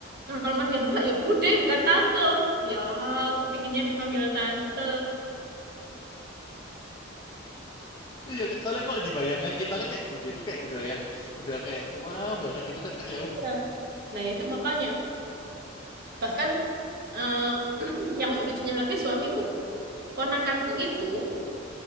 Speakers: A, on the right; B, on the left.
A: nah, kalau manggil mbak ya bude bukan tante ya aku pinginnya dipanggil tante
B: Iya, soalnya kok di bayangan kita kan kayak Bude itu kayak udah yang udah kayak tua banget gitu kan kak ya.
A: Iya. nah ya itu makanya bahkan eh, <clears throat> yang lucunya lagi suamiku ponakanku itu